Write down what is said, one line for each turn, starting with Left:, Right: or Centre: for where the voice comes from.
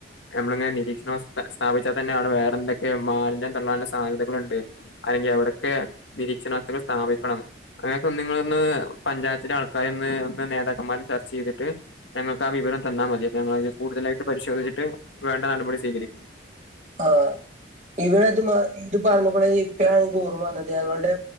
Left: നമ്മളിങ്ങനെ നിരീക്ഷണ വസ്തു സ്ഥാപിച്ചാൽന്നെ അവിടെ വേറെ ടെന്തൊക്കെ മാലിന്യം തള്ളാനുള്ള സാധ്യതകളുണ്ട് അല്ലെങ്കിൽ എവിടൊക്കെ നിരീക്ഷണ വസ്തുകൾ സ്ഥാപിക്കണം. അങ്ങനെയൊക്കെ ഒന്നിങ്ങളൊന്ന് പഞ്ചായത്തിലെ ആൾക്കാരെ ഒന്ന് ഒന്ന് നേതാക്കന്മാരും ചർച്ച ചെയ്തിട്ട്. ഞങ്ങൾക്ക് ആ വിവരം തന്നാ മതി അപ്പൊ ഞങ്ങളയിന് കൂടുതലായിട്ട് പരിശോധിച്ചിട്ട് വേണ്ട നടപടി സ്വീകരിക്കും.
Right: ആഹ് ഇവിടെത് മാ ഇത് പറഞ്ഞപ്പൊളെ ഇപ്പഴാണ് ൻക്ക് ഓർമ്മ വന്നത് ഞങ്ങളുടെ.